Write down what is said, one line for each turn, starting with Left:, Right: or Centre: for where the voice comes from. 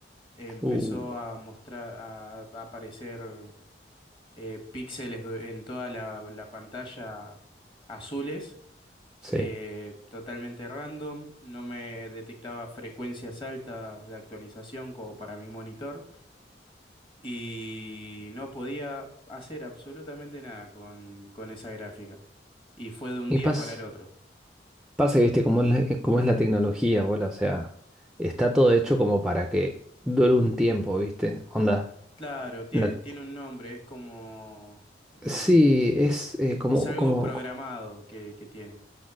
Left: Empezó
Centre: Uh,
Left: a mostrar, a, a aparecer eh, píxeles du- en toda la, la pantalla azules,
Centre: sí.
Left: eh, totalmente random. No me detectaba frecuencias altas de actualización como para mi monitor. Y no podía hacer absolutamente nada con, con esa gráfica. Y fue de un
Centre: Y
Left: día
Centre: pasa.
Left: para el otro.
Centre: Pasa que, viste, cómo es la, eh, cómo es la tecnología, bola, o sea, está todo hecho como para que dure un tiempo, viste, onda.
Left: Claro, tie-
Centre: la-
Left: tiene un nombre, es como... el-
Centre: sí, es eh, como,
Left: Es algo
Centre: como
Left: programado que, que tiene.